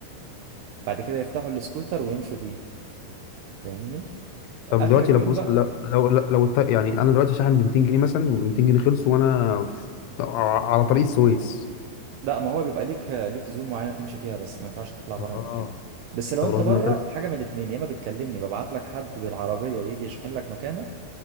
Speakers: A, on the right; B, on the left.
A: بعد كده يفتحوا السكوتر ويمشوا بيه فاهمني اخر
B: طب دلوقتي
A: اليوم
B: لو فلوس
A: بقى
B: لو لو, لو الط- يعني انا دلوقتي شاحن ب 200 جنيه مثلا و200 جنيه خلصوا وانا في... على طريق السويس
A: لا ما هو بيبقى ليك ليك زون معينه تمشي فيها بس ما ينفعش تطلع بره
B: اه
A: المكان بس لو
B: طب
A: انت
B: لو
A: بره
B: لو طلع
A: حاجه من الاتنين يا اما بتكلمني ببعت لك حد بالعربيه يجي يشحن لك مكانك